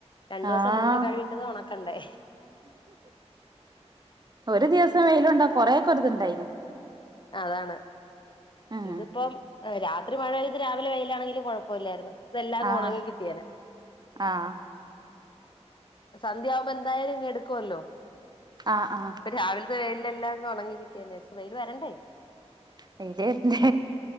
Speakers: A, on the left; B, on the right.
A: രണ്ടു
B: ആഹ്
A: ദിവസം മുന്നേ കഴിട്ടത് ഉണക്കണ്ടേ
B: ഒരു ദിവസം വെയിലും ണ്ട കൊറെക്കെ ഇത്ണ്ടായിന്
A: അതാണ്
B: ഉം
A: ഇതിപ്പം രാത്രി മഴ പെയ്ത് രാവിലെ വെയിയിലാണെങ്കിലും കുഴപ്പമ ഇല്ലായിരുന്നു ഇതെല്ലാം
B: ആഹ്
A: ഉണങ്ങി കിട്ടിയേന
B: ആഹ്
A: സന്ധ്യയാവുമ്പോ എന്തായാലും ഇ എടുക്കുവല്ലോ
B: ആഹ് ആഹ്
A: ഇ രാവിലെ അത് അൽ എല്ലാം ഉണങ്ങി കിട്ടിയതന്ന ശം അയിൽ വരണ്ടേ
B: വെയിൽ വരണ്ടേ